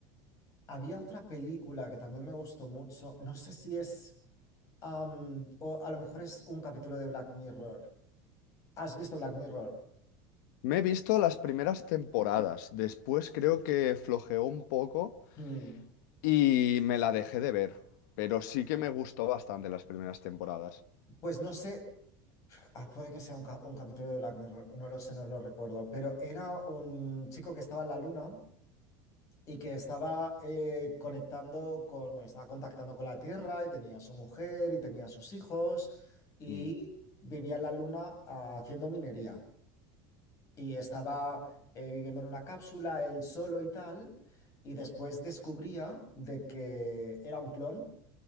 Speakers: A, on the left; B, on the left.
A: Había otra película que también me gustó mucho. No sé si es, am, o a lo mejor es un capítulo de Black Mirror. ¿Has visto Black Mirror?
B: Me he visto las primeras temporadas, después creo que flojeó un poco
A: Hmm,
B: y me la dejé de ver, pero sí que me gustó bastante las primeras temporadas.
A: Pues no sé, ah, puede que sea un, ca- un capítulo de Black Mirror, no lo sé, no lo recuerdo, pero era un chico que estaba en la luna y que estaba eh, conectando con, bueno, estaba contactando con la Tierra y tenía a su mujer y tenía a sus hijos y
B: Mm.
A: vivía en la luna ah, haciendo minería. y estaba eh, viviendo en una cápsula él solo y tal, y después descubría de que era un clon